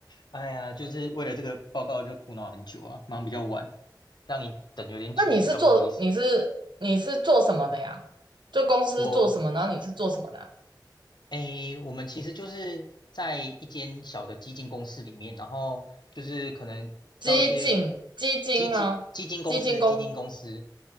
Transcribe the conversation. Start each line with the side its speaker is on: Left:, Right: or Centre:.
Left: 哎呀，就是为了这个报告就苦恼很久啊，忙比较晚，让你等有点久，
Right: <laughs> 那你是做你是
Left: 比较不好意思。
Right: 你是做什么的呀？就公司做什么，
Left: 我
Right: 然后你是做什么的啊
Left: 诶，我们其实就是在一间小的基金公司里面，然后就是可能挑一些
Right: 基金基金吗？
Left: 基金基金公司，
Right: 基金工
Left: 基金公司